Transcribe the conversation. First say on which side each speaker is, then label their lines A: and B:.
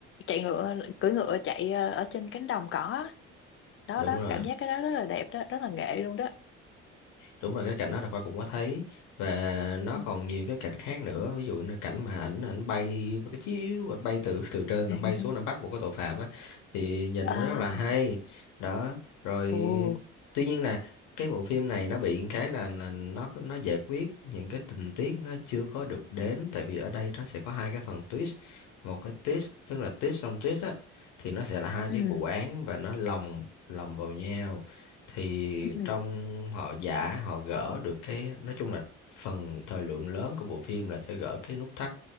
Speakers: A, on the left; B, on the left.
A: chạy ngựa cưỡi ngựa chạy ờ, ở trên cánh đồng cỏ á. đó
B: đúng
A: đó
B: rồi
A: cảm giác cái đó rất là đẹp đó rất là nghệ luôn đó
B: đúng rồi cái cảnh đó là khoa cũng có thấy và nó
A: ừ.
B: còn nhiều cái cảnh khác nữa ví dụ như là cảnh mà ảnh ảnh bay một cái chiếu ảnh bay từ từ trên
A: <laughs>
B: ảnh bay xuống nó bắt một cái tội phạm á thì nhìn
A: à
B: nó rất là hay đó rồi
A: Ồ.
B: tuy nhiên là cái bộ phim này nó bị cái là là nó nó giải quyết những cái tình tiết nó chưa có được đến tại vì ở đây nó sẽ có hai cái phần twist một cái twist tức là twist xong twist á thì nó sẽ là hai
A: ừ
B: cái vụ án và nó lồng lồng vào nhau thì
A: ừ
B: trong họ giả họ gỡ được cái nói chung là phần thời lượng lớn của bộ phim là sẽ gỡ cái nút thắt